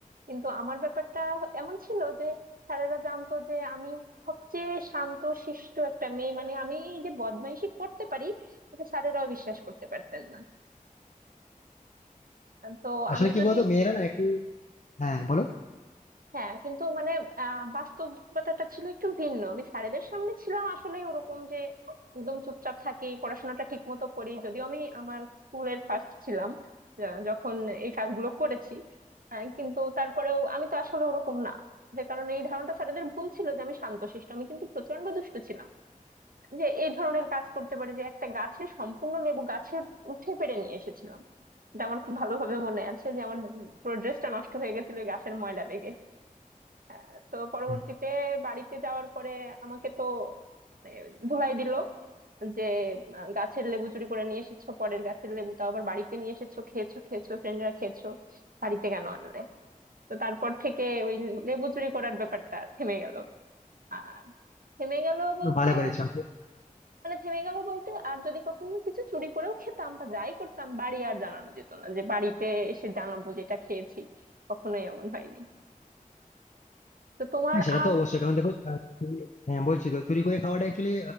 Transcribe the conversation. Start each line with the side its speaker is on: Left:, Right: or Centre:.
Right: কিন্তু আমার ব্যাপারটা এমন ছিল যে স্যারেরা জানতো যে আমি সবচেয়ে শান্ত শিষ্ট একটা মেয়ে মানে আমি এই যে বদমাইশি করতে পারি এটা স্যারেরাও বিশ্বাস করতে পারতেন না তো
Left: আসলে
Right: আমি
Left: কি
Right: যদি
Left: বলতো মেয়েরা না একটু হ্যাঁ বলো
Right: হ্যাঁ কিন্তু মানে আহ, বাস্তবতাটা ছিল একটু ভিন্ন আমি স্যারেদের সামনে ছিলাম আসলে ওরকম যে একদম চুপচাপ থাকি পড়াশোনাটা ঠিক মতো করি যদিও আমি আমার স্কুলের ফার্স্ট ছিলাম আহ, যখন এই কাজগুলো করেছি আহ, কিন্তু তারপরেও আমি তো আসলে ওরকম না যে কারণে এই ধারণাটা স্যারেদের ভুল ছিল যে আমি শান্তশিষ্ট আমি কিন্তু প্রচন্ড দুষ্ট ছিলাম যে এই ধরনের কাজ করতে পারি যে একটা গাছের সম্পূর্ণ লেবু গাছে উঠে পেড়ে নিয়ে এসেছিলাম এটা আমার খুব ভালোভাবে মনে আছে যে আমার পুরো ড্রেসটা নষ্ট হয়ে গেছিল এই গাছের ময়লা লেগে আহ, তো পরবর্তীতে
Left: হুম,
Right: বাড়িতে যাওয়ার পরে আমাকে তো মানে ধুলাই দিল যে আহ, গাছের লেবু চুরি করে নিয়ে এসেছো পরের গাছের লেবু তাও আবার বাড়িতে নিয়ে এসেছো খেয়েছো খেয়েছো ফ্রেন্ডরা খেয়েছো বাড়িতে কেন আনলে তো তারপর থেকে ওই লেবু চুরি করার ব্যাপারটা থেমে গেল আর থেমে গেল বলতে
Left: ভালো করেছো
Right: মানে থেমে গেল বলতে আর যদি কখনো কিছু চুরি করেও খেতাম বা যাই করতাম বাড়ি আর জানানো যেত না যে বাড়িতে এসে জানাবো যেটা খেয়েছি কখনোই এমন হয়নি তো তোমার
Left: হ্যাঁ সেটা
Right: আর
Left: তো অবশ্যই কারণ দেখো আহ, চুরি- হ্যাঁ বলছি তো চুরি করে খাওয়াটা অ্যাকচুয়ালি